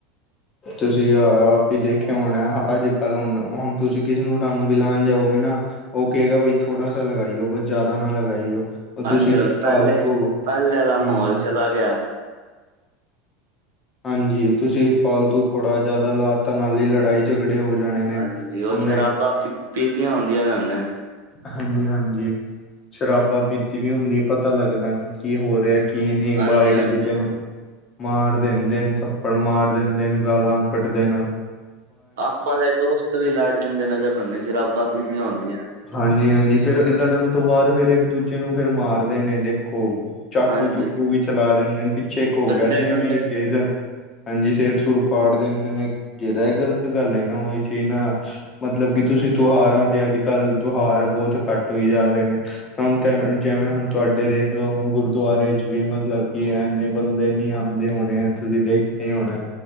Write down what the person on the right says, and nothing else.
ਹਾਂਜੀ ਹੁਣ ਪਹਿਲੇ
ਪਹਿਲੇ ਆਲਾ
ਮਾਹੌਲ ਚਲਾ ਗਿਆ
ਹਾਂਜੀ ਉਹ
ਸ਼ਰਾਬਾਂ ਪੀ ਪੀਤੀਆਂ ਹੁੰਦੀਆਂ ਨੇ
ਹਾਂਜੀ
ਹਾਂਜੀ।
ਆਪਾਂ ਦੇ ਦੋਸਤ ਵੀ ਲੜ ਜਾਂਦੇ ਨ ਅਗਰ ਨੰਨੇ ਸ਼ਰਾਬਾਂ ਪੀਤੀਆ ਹੁੰਦੀਐ
ਹਾਂਜੀ।
ਡੰਡੇ
ਡੁੰਡੇ